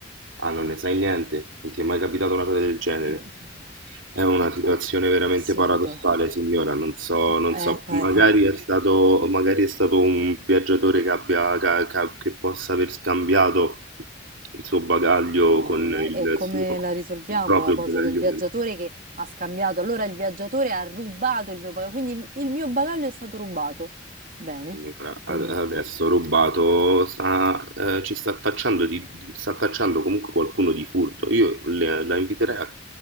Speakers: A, on the right (about 80°); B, on the right (about 45°).
A: Ah, non ne sai niente? Non ti è mai capitata una cosa del genere?
B: ma, ma guardi,
A: È una situazione veramente
B: è assurdo,
A: paradossale, signora. Non so,
B: eh, mm,
A: non
B: è
A: so,
B: pa-
A: magari
B: eh,
A: è stato, magari è stato un viaggiatore che abbia, che, che- che possa aver scambiato il suo bagaglio
B: eh, non-
A: con il
B: e come
A: suo,
B: la risolviamo
A: il proprio
B: la cosa
A: bagaglio.
B: del viaggiatore che ha scambiato, allora il viaggiatore ha rubato il mio bagaglio, quindi il mio bagaglio è stato rubato, bene,
A: Quindi fra-
B: quindi...
A: ad- Adesso rubato sta, eh, ci sta tacciando, di, di- sta tacciando comunque qualcuno di furto. Io le- la inviterei a,